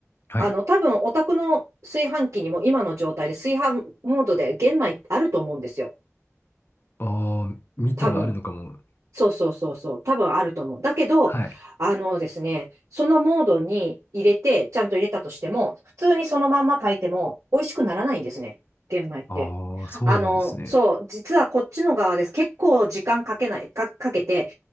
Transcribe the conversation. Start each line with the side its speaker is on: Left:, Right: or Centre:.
Left: はい。
Right: あの、多分、お宅の炊飯器にも今の状態で炊飯モードで玄米あると思うんですよ。
Left: ああ、見たらあるのかも。
Right: 多分。そうそうそうそう。多分あると思う。だけど、
Left: はい。
Right: あのですね、そのモードに入れて、ちゃんと入れたとしても、普通にそのまんま炊いても美味しくならないんですね。玄米って。
Left: ああ、そうなんですね。
Right: あの、そう、実はこっちの側です。結構時間かけない、か、かけて、